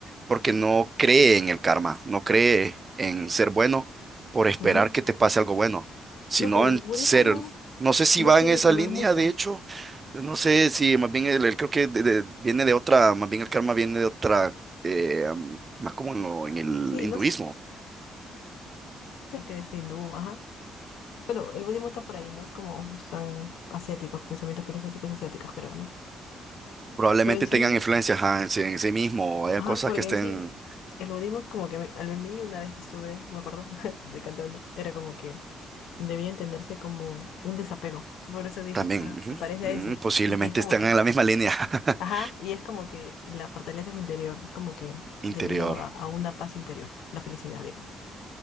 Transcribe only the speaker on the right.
porque no cree en el karma, no cree en ser bueno por esperar
que te pase algo bueno, sino
en
ser,
no sé si
va
en esa
línea,
de hecho, no sé si más bien el, el- creo que de- de- viene de otra, más bien el karma viene de otra, eh, am, más como en, lo- en el
hinduismo.
Probablemente
tengan influencias ajá, en, sí- en sí mismo, o haya
cosas
que estén
También,
ujú.
Mm,
posiblemente
están
en la misma línea <laughs>
interior.